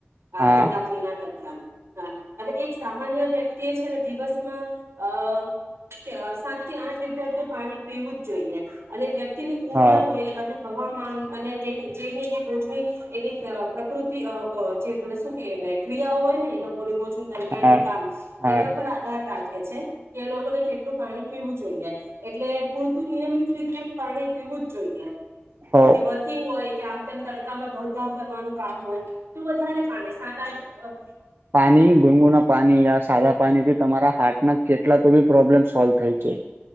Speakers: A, on the right (about 75°); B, on the right (about 55°).
A: આ
B: હા
A: ઠંડા પીણા કરતા હા ને એક સા સામાન્ય વ્યક્તિ એ છે ને દિવસમાં અ સાત થી આઠ ટર પાણી પીવું જ જોઈએ અને જેમ ની ઉમર
B: હા
A: હોય અને હવામાન અને જેની જે ભોજની એની અ પ્રકૃતિ જે અ અ શું કેને ક્રિયાઓ હોય ને એ લોકોનીજ દરમિયાન
B: હા
A: નું કામ એના
B: હા
A: પર આધાર રાખ. ખે છે કે એ લોકોને કેટલું પાણી પીવું જોઈએ. એટલે પૂરતું નિયમિત રીતે પાણી પીવું જોઇએ
B: હો
A: કે વર્કિંગ હોય કે આમ તેમ તડકામાં દોડધામ કરવાનું કામ હોય તું વધારે પાડ સાત આઠ અ
B: પાની ગુનગુણ અ પાની સા ખારા પાણીથી તમારા હાર્ટના કેટલા તોબી પ્રોબ્લેમ સોલ્વ થાય છે.